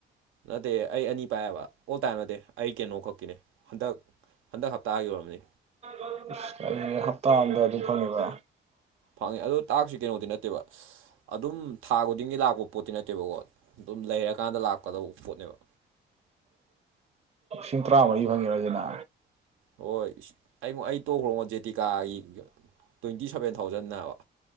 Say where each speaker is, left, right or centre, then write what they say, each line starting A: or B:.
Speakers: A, on the right (about 85°); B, on the right (about 30°).
A: ꯅꯠꯇꯦ ꯑꯩ ꯑꯅꯤ ꯄꯥꯏꯌꯦꯕ ꯑꯣꯜ ꯇꯥꯏꯝ ꯅꯠꯇꯦ ꯑꯩ ꯀꯩꯅꯣ ꯈꯛꯀꯤꯅꯦ ꯍꯟꯗꯛ ꯍꯟꯗꯛ ꯍꯞꯇꯥꯒꯤ ꯑꯣꯔꯝꯅꯤ
B: <unintelligible> ꯍꯞꯇꯥꯝꯗ ꯑꯗꯨ ꯐꯪꯉꯤꯕ
A: ꯐꯪꯉꯦ ꯑꯗꯣ ꯇꯥꯛꯁꯤ ꯀꯩꯅꯣꯗꯤ ꯅꯠꯇꯦꯕ ꯑꯗꯨꯝ ꯊꯥ ꯈꯨꯗꯤꯡꯒꯤ ꯂꯥꯛꯄ ꯄꯣꯠꯇꯤ ꯅꯠꯇꯦꯕꯀꯣ ꯑꯗꯨꯝ ꯂꯩꯔꯀꯥꯟꯗ ꯂꯥꯛꯀꯗꯧꯕ ꯄꯣꯠꯅꯦꯕ꯫
B: ꯂꯤꯁꯤꯡ ꯇꯔꯥꯃꯔꯤ ꯐꯪꯉꯦꯔꯁꯤꯅ?
A: ꯍꯣꯏ ꯑꯩ ꯑꯩ ꯇꯣꯛꯈ꯭ꯔꯣꯉꯣ ꯖꯦꯇꯤꯀꯥꯒꯤ ꯇ꯭ꯋꯦꯟꯇꯤ ꯁꯚꯦꯟ ꯊꯥꯎꯖꯟꯅꯦꯕꯥ